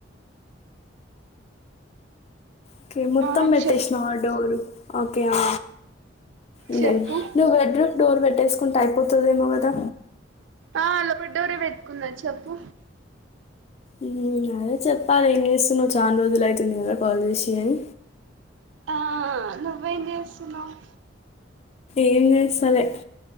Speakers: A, on the left (about 35°); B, on the right (about 75°).
A: ఓకే మొత్తం
B: ఆ
A: పెట్టేశ్న
B: చెప్
A: డోరు ఓకే ఆ ఉన్నది
B: చెప్పు
A: బెడ్ రూమ్ డోర్ పెట్ట పెట్టేసుకుంటా అయిపోతుందేమో కదా
B: ఆ అలబడ్డరే పెట్టుకున్న చెప్పు
A: ఉమ్, అదే చెప్పాలి ఏం చేస్తున్నావ్ చాలా రోజులు ఐతుంది కదా కాల్ చేసి అని
B: ఆ నువ్వేం చేస్తున్నావ్
A: ఏం చేస్తాలే